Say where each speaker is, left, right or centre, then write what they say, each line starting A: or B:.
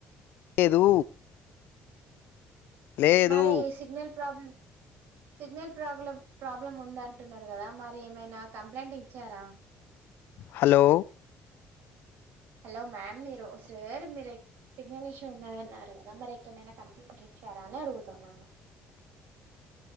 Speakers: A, on the left (about 70°); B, on the right (about 75°).
A: దు లేదు
B: మరి signal problem signal problem problem ఉందంటున్నారు కదా మరి ఏమైనా కంప్లైంట్ ఇచ్చారా?
A: హలో
B: హలో మ్యామ్ మీరు సార్ మీరె సిగ్నల్ ఇష్యూ ఉన్నదన్నారు కదా, మరి ఎక్కడైనా కంప్లంట్ ఇచ్చారా అని అడుగుతున్నాను.